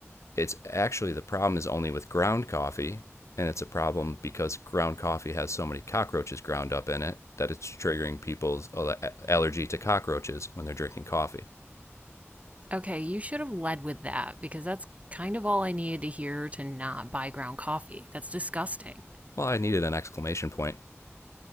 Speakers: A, on the left; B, on the right.
A: it's actually the problem is only with ground coffee, and it's a problem because ground coffee has so many cockroaches ground up in it that it's triggering people's allergy to cockroaches when they're drinking coffee.
B: Okay, you should have led with that because that's kind of all I needed to hear to not buy ground coffee. That's disgusting.
A: Well, I needed an exclamation point.